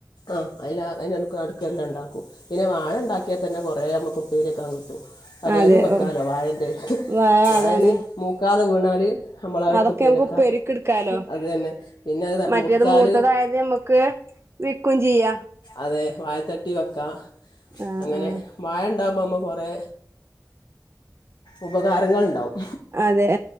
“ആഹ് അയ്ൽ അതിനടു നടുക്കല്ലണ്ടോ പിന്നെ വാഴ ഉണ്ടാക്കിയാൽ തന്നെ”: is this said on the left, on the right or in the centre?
Left